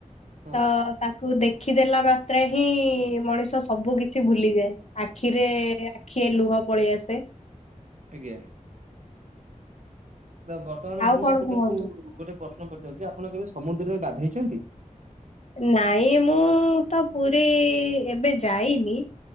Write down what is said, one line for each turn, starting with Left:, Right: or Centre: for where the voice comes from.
Right: ହଁ
Left: ତ ତାକୁ ଦେଖିଦେଲା ମାତ୍ରେ ହିଁ ମଣିଷ ସବୁ କିଛି ଭୁଲିଯାଏ। ଆଖିରେ ଆଖିଏ ଲୁହ ପଳେଇଆସେ।
Right: ଆଜ୍ଞା ତ ବର୍ତ୍ତମାନ
Left: ଆଉ
Right: ମୁଁ
Left: କଣ
Right: ଆପଣଙ୍କୁ
Left: କୁହନ୍ତୁ?
Right: ଗୋଟେ ପ୍ରଶ୍ନ ପଚାରୁଚି ଯେ ଆପଣ କେବେ ସମୁଦ୍ରରେ ଗାଧେଇଚନ୍ତି?
Left: ନାଇଁ ମୁଁ ତ ପୁରୀ ଏବେ ଯାଇନି।